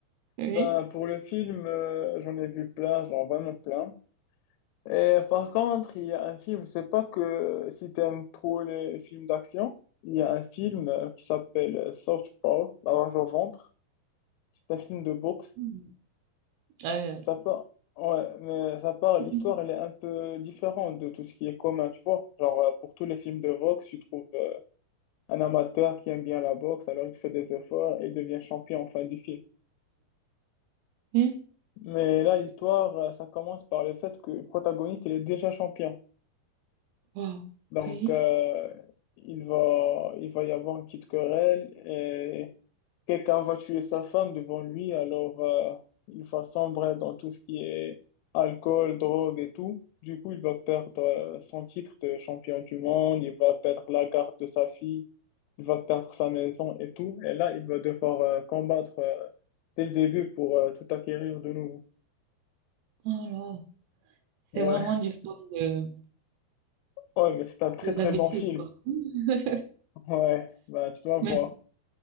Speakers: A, on the right; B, on the left.
A: Oui?
B: Ben, pour le film, euh, j'en ai vu plein, genre vraiment plein. Et par contre, il y a un film, je sais pas que si t'aimes trop les films d'action, il y a un film euh, qui s'appelle Southpaw, La rage au ventre. C'est un film de boxe.
A: Mm. Euh,
B: Ça parle... Ouais, mais ça parle,
A: <laughs>
B: l'histoire, elle est un peu différente de tout ce qui est commun, tu vois. Genre, euh, pour tous les films de boxe, tu trouves euh, un amateur qui aime bien la boxe, alors il fait des efforts et il devient champion en fin du film.
A: oui?
B: Mais là, l'histoire, euh, ça commence par le fait que le protagoniste, il est déjà champion.
A: Wow.
B: Donc,
A: Oui?
B: euh, il va, il va y avoir une petite querelle et quelqu'un va tuer sa femme devant lui. Alors, euh, il va sombrer dans tout ce qui est alcool, drogue et tout. Du coup, il va perdre, euh, son titre de champion du monde. Il va perdre la garde de sa fille. Il va perdre sa maison et tout. Et là, il va devoir, euh, combattre, euh, dès le début pour, euh, tout acquérir de nouveau.
A: Alors,
B: Ouais.
A: c'est vraiment du fond de,
B: Ouais, mais c'est un très
A: de
B: très
A: l'habitude,
B: bon film.
A: quoi. <laughs>
B: Ouais, bah tu dois voir.
A: Mais,